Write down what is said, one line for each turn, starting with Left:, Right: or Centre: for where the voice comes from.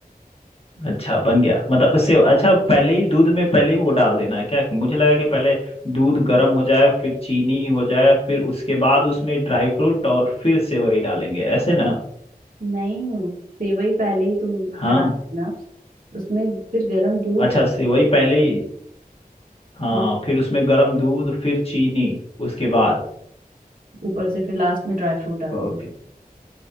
Left: अच्छा बन गया मतलब उससे अच्छा पहले ही दूध में पहले ही वो डाल देना है क्या मुझे लगा कि पहले दूध गर्म हो जाए फिर चीनी हो जाए फिर उसके बाद उसमें ड्राई फ्रूट और फिर सेवई डालेंगे ऐसे ना
Right: नहीं सेवई पहले ही तुम
Left: हाँ
Right: चढ़ा देना उसमें फिर गर्म दूध
Left: अच्छा
Right: डाल
Left: सेवई पहले ही हाँ
Right: हम्म,
Left: फिर उसमें गर्म दूध फिर चीनी उसके बाद
Right: ऊपर से फिर लास्ट में ड्राई फ्रूट डाल
Left: ओके
Right: देना